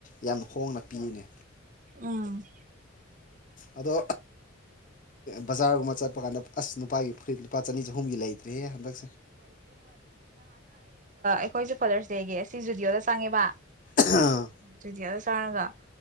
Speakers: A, on the left; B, on the right.
A: ꯌꯥꯝ ꯍꯣ ꯍꯣꯡꯅ ꯄꯤꯅꯦ
B: ꯎꯝ
A: ꯑꯗꯣ ꯕꯖꯥꯔꯒꯨꯝꯕ ꯆꯠꯄ ꯀꯥꯟꯗ ꯑꯁ ꯅꯨꯄꯥꯒꯤ ꯐꯨꯔꯤꯠ ꯂꯨꯄꯥ ꯆꯅꯤ ꯆꯍꯨꯝꯒꯤ ꯂꯩꯇ꯭ꯔꯦ ꯍꯟꯗꯛ
B: ꯑꯈꯣꯏꯁꯨ ꯐꯥꯗꯔꯁ ꯗꯦꯒꯤ ꯑꯁꯤ ꯖꯨꯗꯤꯑꯣꯗ ꯆꯪꯉꯦꯕ
A: ꯑꯥ
B: ꯆꯪꯔꯒ